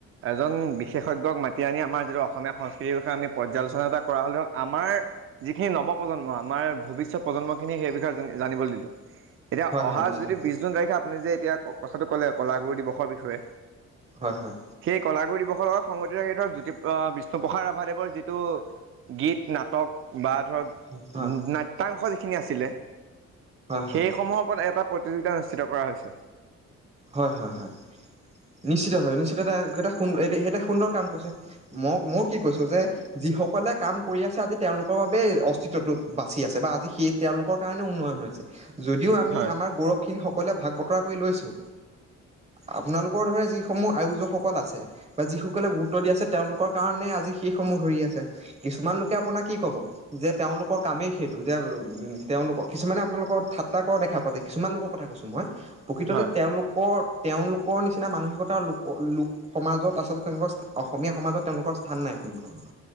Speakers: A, on the right; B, on the right.
A: এজন বিশেষজ্ঞক মাতি আনি আম আমাৰ যিটো অসমীয়া সংস্কৃতিৰ বিষয়ে আমি পৰ্যালোচনা এটা কৰা হ'লেও আমাৰ যিখিনি নৱপ্ৰজন্ম আমাৰ ভৱিষ্যত প্ৰজন্মখিনি সেই বিষয়ে জন জানিবলৈ দিলো। এতিয়া
B: হয়
A: অহা
B: হয় নিশ্চিত
A: যদি
B: হয়
A: বিশ জুন তাৰিখে আপুনি যে এতিয়াত কথাটো ক'লে কলাগুৰু দিৱসৰ বিষয়ে
B: হয় হয়
A: সেই কলাগুৰু দিৱসৰ লগত সংগত ধৰক জ্যোতি বিষ্ণুপ্ৰসাদ ৰাভাদেৱৰ যিটো গীত নাটক বা ধৰক
B: হয় হয়
A: নত্যাংশ খিনি আছিলে।
B: হয়
A: সেই সমূহৰ ওপৰত এটা প্ৰতিযোগিতা অনুষ্ঠিত কৰা হৈছে।
B: হয় হয় হয়। নিশ্চিতভাৱ নিশ্চিত এটা এটা সুন সুন্দৰ কাম কৰিছে মোক মোক কি কৈছো যে যিসকলে কাম কৰি আছে আজি তেওঁলোকৰ বাবেই অস্তিত্বটো বাচি আছে বা আজি সেই তেওঁলোকৰ কাৰণে উন্নয়ন হৈছে। যদিও আমি
A: হয়
B: আমাৰ গৌৰৱখিনি সক অকলে ভাগ বতৰা কৰি লৈছোঁ। আপোনালোকৰ দৰে যিসমূহ আয়োজকসকল আছে বা যিসকলে গুৰুত্ব দি আছে তেওঁলোকৰ কাৰণে আজি সেই সমূহ ধৰি আছে কিছুমান লোকে আপোনাৰ কি কব যে তেওঁলোকৰ কামেই সেইটো যে উম তেওঁলোকক কিছুমানে আপোনালোকৰ ঠাট্টা কৰা দেখা পোৱা যায় কিছুমান লোকৰ কথা কৈছো মই। প্ৰকৃততে
A: হয়
B: লোক তেওঁলোকৰ নিচিনা মানসিকতাৰ লোক লোক সমাজত আচলতে তেওঁলোকৰ অসমীয়া সমাজত তেওঁলোকৰ স্থান নাই কোনো ধৰণৰ